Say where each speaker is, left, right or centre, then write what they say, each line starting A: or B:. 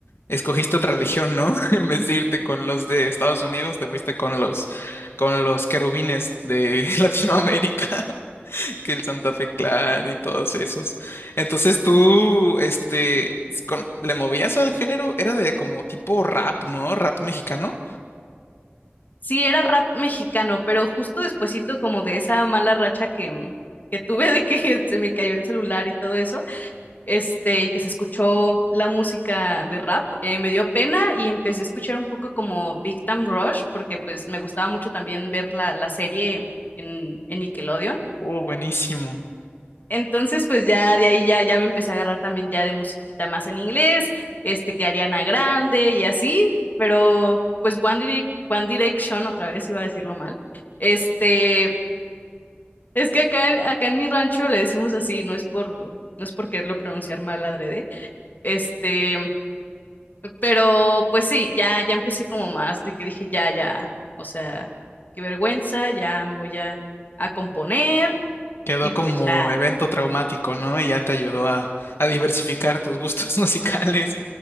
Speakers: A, on the left (about 80°); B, on the left (about 50°).
A: escogiste otra religión, ¿no? <laughs> En vez de irte con los de Estados Unidos, te fuiste con los, con los querubines de <laughs> Latinoamérica, <laughs> que el Santa Fe Clan y todos esos. Entonces tú, este, con- le movías al género, era de como tipo rap, ¿no? Rap mexicano.
B: Sí, era rap mexicano, pero justo despuesito como de esa mala racha que, mm, que tuve de que <laughs> se me cayó el celular y todo eso, este, y que se escuchó la música de rap, eh, me dio pena y empecé a escuchar un poco como Big Time Rush, porque pues me gustaba mucho también ver la, la serie en, en Nickelodeon.
A: Oh, buenísimo.
B: Entonces, pues ya de ahí ya, ya me empecé a agarrar también ya de musiquita más en inglés, este que Ariana Grande y así, pero pues One Direc- One Direction, otra vez iba a decirlo mal. Este, es que acá, en- acá en mi rancho le decimos así, no es por, no es por quererlo pronunciar mal adrede. Este, pero pues sí, ya, ya empecé como más de que dije ya, ya, o sea, qué vergüenza, ya me voy a, a componer
A: Quedó
B: y pues
A: como
B: ya.
A: evento traumático, ¿no? Y ya te ayudó a, a diversificar tus gustos <laughs> musicales.